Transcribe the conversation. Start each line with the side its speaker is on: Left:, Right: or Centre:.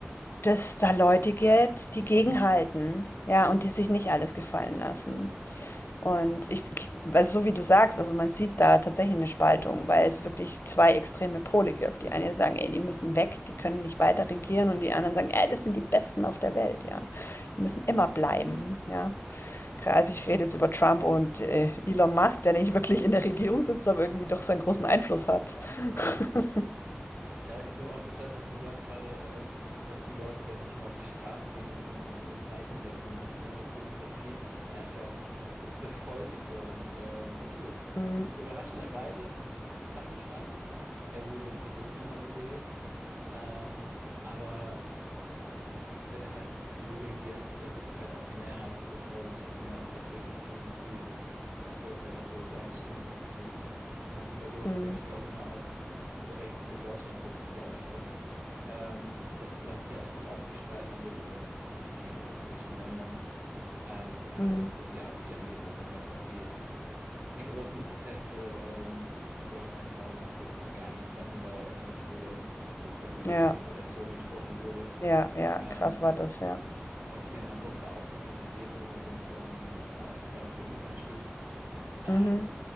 Left: dass es da Leute gibt, die gegenhalten, ja, und die sich nicht alles gefallen lassen. Und ich, also so wie du sagst, also man sieht da tatsächlich eine Spaltung, weil es wirklich zwei extreme Pole gibt. Die einen sagen, ey, die müssen weg, die können nicht weiter regieren, und die anderen sagen, ey, das sind die Besten auf der Welt, ja. Die müssen immer bleiben, ja. Also ich rede jetzt über Trump und äh, Elon Musk, der nicht wirklich in der Regierung sitzt, aber irgendwie doch seinen großen Einfluss hat.
Right: ja, definitiv.
Left: <laughs>
Right: Ja, aber ich finde aber auch interessant, was du sagst gerade, ähm, dass die Leute dann wirklich mal auf die Straße gehen und ein, ein Zeichen setzen. Ich finde, Demokratie, Herrschaft d- des Volkes so. Und ähm, natürlich,
Left: Mm,
Right: überraschenderweise f- fand ich fast, er wurde tatsächlich nochmal gewählt. Ähm, aber wenn er halt so so regiert, dass es halt auch die Mehrheit des Volkes nicht mehr vertretbar findet, muss die, muss das Volk halt auch so seine Stimme kundtun. Aber weiß nicht, bei sowas
Left: mm,
Right: denke ich mir auch immer, auch der Rechtsruck in Deutschland, so ist es ja auch nicht, dass, ähm, dass das Land hier nicht auch gespaltener wird oder in vielen europäischen Ländern, ähm, gerade
Left: mm.
Right: was so die AfD angeht. Und dann gab es ja auch die, die großen Proteste ähm, in Deutschland, gerade nachdem das Geheime-Treffen da öffentlich wurde, wo quasi über
Left: Ja,
Right: Deportation gesprochen wurde.
Left: ja, ja,
Right: Ähm,
Left: krass war das, ja.
Right: und hier in Hamburg war auch eine Demo rund um äh, Alster- und Jugendfahndstieg. Ähm,
Left: Mhm,